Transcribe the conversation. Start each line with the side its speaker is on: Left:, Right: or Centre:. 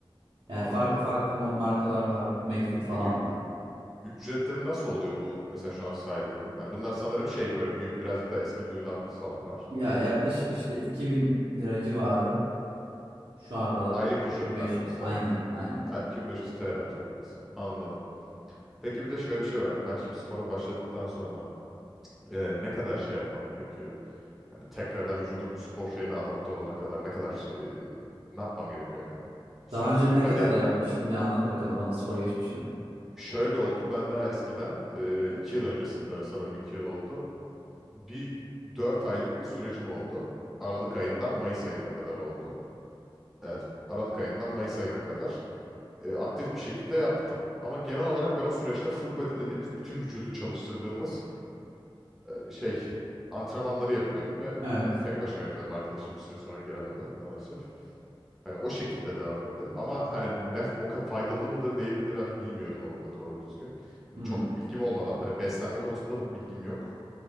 Centre: Anladım.
Right: yani farklı farklı mod markalar var. McFit falan
Centre: Peki
Right: var.
Centre: Ücretleri nasıl oluyor bu mesela şu an saydığın? Hani bunlar sanırım şey böyle büyük birazcık daha ismi duyulan salonlar,
Right: Ya
Centre: bilinen
Right: yaklaşık
Centre: salonlar.
Right: işte 2000 lira civarı şu aralar
Centre: Aylık
Right: 2500
Centre: ücretlendirmesi
Right: aynen
Centre: değil mi?
Right: aynen.
Centre: Ay, 2500 TL Türk lirası. Anladım. Peki bir de şöyle bir şey var. Hani ben şimdi spora başladıktan sonra e, ne kadar şey yapmam gerekiyor? Hani tekrardan vücudum bu spor şeyine adapte olana kadar ne kadar e, ne yapmam gerekiyor yani? İşte
Right: Daha
Centre: full
Right: önce ne
Centre: body
Right: kadar yapmıştın? Bir anlat bakalım bana spor geçmişini.
Centre: şöyle oldu. Ben daha eskiden e, iki yıl öncesinde sanırım iki yıl oldu. Bir 4 aylık bir sürecim oldu. Aralık ayından Mayıs ayına kadar oldu. Evet, Aralık ayından Mayıs ayına kadar e, aktif bir şekilde yaptım. Ama genel olarak ben o süreçte full body dediğimiz bütün vücudu çalıştırdığımız e, şey antrenmanları yapıyordum ve
Right: Evet.
Centre: hani tek başıma yapıyordum. Arkadaşım bir süre sonra gelemedi maalesef. Hani o şekilde devam ettim ama hani ne o ka- faydalı mıdır değil midir hani bilmiyordum onu da doğru düzgün. Hani
Right: Hmm.
Centre: Çok bilgim olmadan hani beslenme konusunda da bilgim yok.